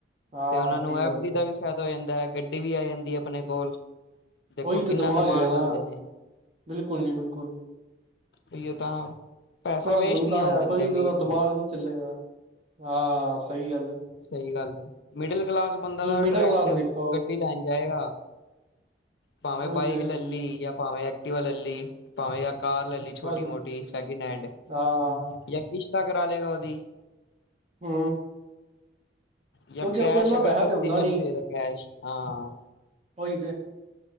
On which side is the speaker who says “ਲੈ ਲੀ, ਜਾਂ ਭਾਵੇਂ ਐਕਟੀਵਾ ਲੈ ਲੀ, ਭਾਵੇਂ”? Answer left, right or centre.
Left